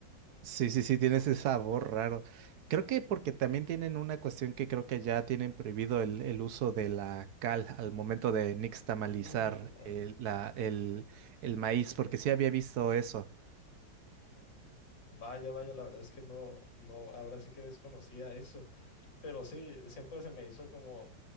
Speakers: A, on the right; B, on the left.
A: Sí, sí, sí, tiene ese sabor raro. Creo que porque también tienen una cuestión que creo que ya tienen prohibido el, el uso de la cal al momento de nixtamalizar
B: Mm, ok.
A: el, la, el, el maíz, porque sí había visto eso.
B: Vaya, vaya, la verdad es que no, no, ahora sí que desconocía eso, pero sí, siempre se me hizo como